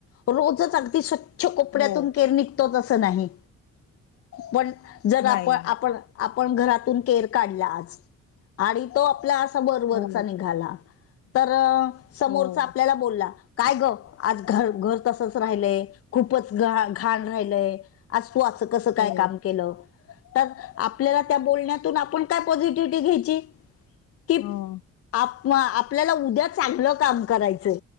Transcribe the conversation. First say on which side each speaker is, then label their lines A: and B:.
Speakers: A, on the left (about 50°); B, on the left (about 85°).
A: रोजच अगदी स्व च्छ कोपऱ्यातून
B: हो,
A: केर निघतोच असं नाही, पण जर आपण-आपण
B: नाही.
A: आपण घरातून केर काढलाच आणि तो आपला असा वर वरचा
B: हो,
A: निघाला, तर समोरचा
B: हो,
A: आपल्याला बोलला काय ग आज घर -घर तसच राहिलय, खूपच घ घाण राहिलय आज तू असं कसं काय
B: हो,
A: काम केलं तर आपल्याला त्या बोलण्यातून आपण काय पॉझिटिव्हिटी घ्यायची कि
B: हं,
A: आप-आपल्याला उद्या चांगलं काम करायचंय.